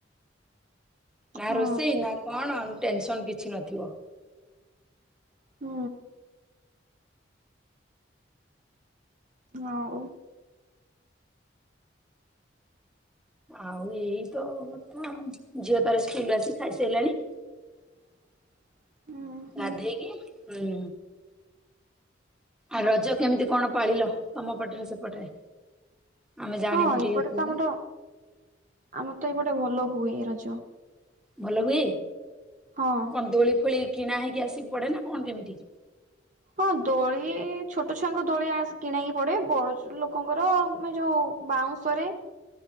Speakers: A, in the centre; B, on the right.
A: ନା
B: ହଁ
A: ରୋଷେଇ ନା କଣ ଟେନସନ କିଛି ନଥିବ।
B: ହୁଁ। ହଉ।
A: ଆଉ ଏଇ ତ କଥା ଝିଅ ତାର ସ୍କୁଲ ଆସି ଖାଇସାରିଲାଣି।
B: <unintelligible> ହୁଁ ହୁଁ
A: ଗାଧେଇକି ହୁଁ। ଆଉ ରଜ କେମିତି କଣ ପାଳିଲ ତମ ପଟରେ ସେପଟରେ? ଆମେ ଜାଣିନୁ
B: ହଁ ଏଇପଟେ
A: ଟିକେ କୁହନି
B: ତ ଆମର ଆମର ତ ଏଇପଟେ ଭଲ ହୁଏ ରଜ।
A: ଭଲ ହୁଏ
B: ହଁ।
A: କଁ ଦୋଲିଫୋଳି କିଣା ହେଇକି ଆସିକି ପଡେ ନା କଣ କେମିତି?
B: ହଁ ଦୋଳି ଛୋଟ ଛୁଆଙ୍କ ଦୋଳି ଆ କିଣା ହେଇକି ପଡେ ବୟସ ଲୋକଙ୍କର ମାନେ ଯୋଉ ବାଉଁଶରେ।